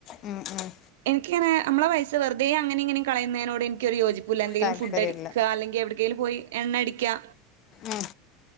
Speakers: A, on the left; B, on the right.
A: ഉം ഉം
B: എനിക്കങ്ങനെ മ്മളെ പൈസ വെറുതേ അങ്ങനെങ്ങിനെം കളയുന്നേനോട് എനിക്ക് ഒരു യോജിപ്പും ഇല്ല ക്കൂല്ല എന്തെങ്കിലും
A: താല്പര്യല്ല
B: ഫുഡ് അടിക്ക അല്ലെങ്കിൽ എവിടക്കെങ്കിലും പോയി എണ്ണ അടിക്കാ
A: ഉം